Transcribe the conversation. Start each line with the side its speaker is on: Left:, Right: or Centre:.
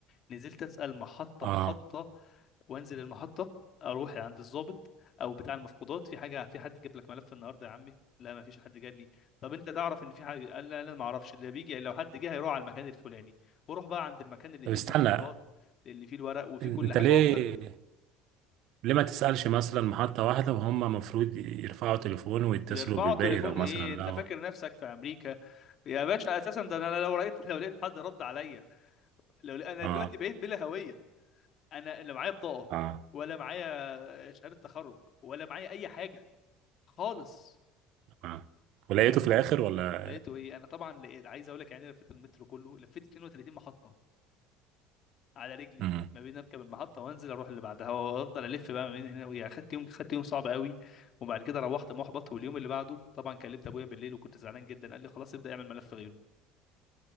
Left: نزلت اسال محطه
Right: اه
Left: محطه وانزل المحطه اروح عند الضابط او بتاع المفقودات في حاجه في حد جاب لك ملف النهارده يا عمي لا ما فيش حد جاب لي طب انت تعرف ان في حاجه قال لا لا ما اعرفش اللي بيجي لو حد جه هيروح على المكان الفلاني واروح بقى عند المكان اللي
Right: طب
Left: فيه
Right: استنى
Left: المفقودات اللي فيه الورق وفيه
Right: إن-
Left: كل
Right: انت
Left: حاجه
Right: ليه
Left: وافضل
Right: ليه ما تسألش مثلا محطة واحدة وهم المفروض يرفعوا تليفون ويتصلوا
Left: يرفعوا
Right: بالباقي
Left: تليفون
Right: لو مثلا
Left: ايه انت
Right: لو
Left: فاكر نفسك في امريكا يا باشا اساسا ده انا لو لقيت لو لقيت حد رد عليا لو لقيت- انا
Right: اه
Left: دلوقتي بقيت بلا هويه انا لا معايا بطاقه
Right: اه
Left: ولا معايا شهاده تخرج ولا معايا اي حاجه خالص
Right: اه ولقيته في الآخر ولا
Left: لقيته ايه انا طبعا لقيت عايز اقول لك يعني لفيت المترو كله لفيت 32 محطه على رجلي
Right: امم
Left: ما بين اركب المحطه وانزل اروح اللي بعدها وافضل الف بقى ما بين هنا ويا خدت يوم خدت يوم صعب قوي وبعد كده روحت محبط واليوم اللي بعده طبعا كلمت ابويا بالليل وكنت زعلان جدا قال لي خلاص ابدا اعمل ملف غيره